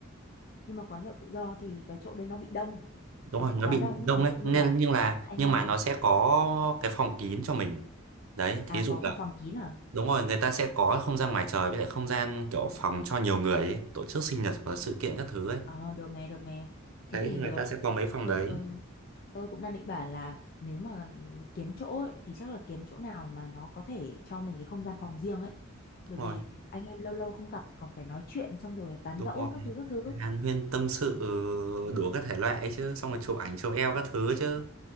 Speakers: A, on the left; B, on the right.
A: nhưng mà quán nhậu tự do thì cái chỗ đấy nó bị đông
B: đúng
A: nó
B: rồi
A: bị
B: nó
A: quá
B: bị
A: đông ấy.
B: đông
A: ví
B: đấy
A: dụ như
B: nên
A: là
B: nhưng là
A: anh
B: nhưng
A: em
B: mà nó sẽ có cái phòng kín cho mình đấy
A: à
B: thí dụ
A: có
B: là
A: cả phòng kín à
B: đúng rồi người ta sẽ có không gian ngoài trời với lại không gian kiểu phòng cho nhiều người ấy, tổ chức sinh nhật hoặc là sự kiện các thứ ấy
A: ờ được nè được nè thế
B: đấy
A: thì
B: người
A: được
B: ta sẽ có mấy phòng
A: tôi
B: đấy
A: tôi tôi cũng đang định bảo là nếu mà kiếm chỗ ấy, thì chắc là kiếm chỗ nào mà nó có thể cho mình cái không gian phòng riêng ấy bởi
B: đúng
A: vì
B: rồi
A: anh em lâu lâu không gặp thì còn phải nói chuyện xong rồi tán
B: đúng
A: gẫu
B: rồi
A: các thứ các thứ
B: hàn huyên tâm sự
A: Ừ.
B: đủ các thể loại ấy chứ xong rồi chụp ảnh chụp eo các thứ chứ